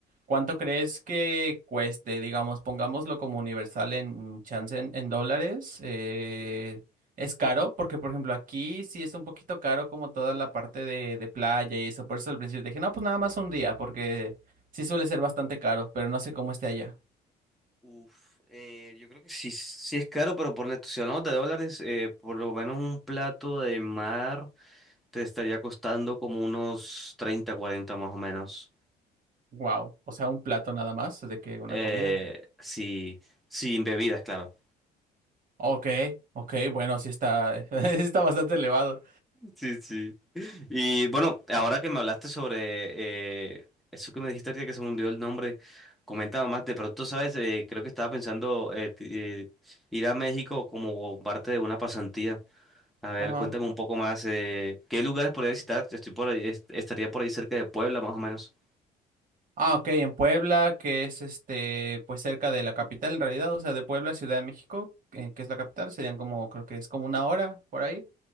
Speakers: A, on the right; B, in the centre.
A: ¿cuánto crees que cueste? Digamos, pongámoslo como universal en chance en, en dólares. eh, es caro, porque por ejemplo aquí sí es un poquito caro como toda la parte de, de playa y eso. Por eso al principio dije, no, pues nada más un día, porque sí suele ser bastante caro, pero no sé cómo esté allá.
B: Uf, eh, yo creo que Sí, sí es caro, pero por la si hablamos de dólares, eh, por lo menos un plato de mar te estaría costando como unos 30, 40 más o menos.
A: Wow. O sea, un plato nada más de que una
B: Eh,
A: comida.
B: sí, sin bebidas, claro.
A: Ok, ok, bueno, sí está, <laughs> sí está bastante elevado.
B: Sí, sí. Y bueno, ahora que me hablaste sobre eh, eso que me dijiste ahorita que se me hundió el nombre, comentaba más, de pronto, ¿sabes? Eh, creo que estaba pensando eh, ti- eh, ir a México como parte de una pasantía. A ver,
A: Ajá.
B: cuéntame un poco más, eh, ¿qué lugares podría visitar? Estoy por ahí, est- estaría por ahí cerca de Puebla, más o menos.
A: Ah, ok, en Puebla, que es este, pues cerca de la capital en realidad, o sea, de Puebla, a Ciudad de México, eh, que es la capital, serían como, creo que es como una hora por ahí.